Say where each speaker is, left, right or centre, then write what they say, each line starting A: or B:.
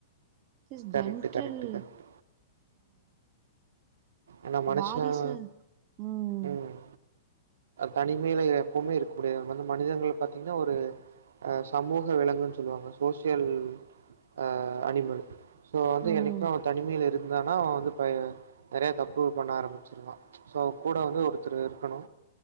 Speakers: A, on the right (about 30°); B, on the right (about 80°).
A: this
B: correct,
A: general
B: correct, correct. ஏன்னா மனுஷன்
A: வாரிசு உம்
B: ம். தனிமையில எப்பவுமே இருக்க முடியாது வந்து மனிதங்கள் பாத்தீங்கன்னா ஒரு அஹ் சமூக விலங்குன்னு சொல்லுவாங்க சோசியல் அஹ் அனிமல் சோ வந்து
A: ம்
B: எண்ணிக்குமே அவன் தனிமையில இருக் இருந்தானா அவ வந்து பைய நெறைய தப்பு பண்ண ஆரம்பிச்சிருவா ஸோ அவன்கூட வந்து ஒருத்தர் இருக்கணு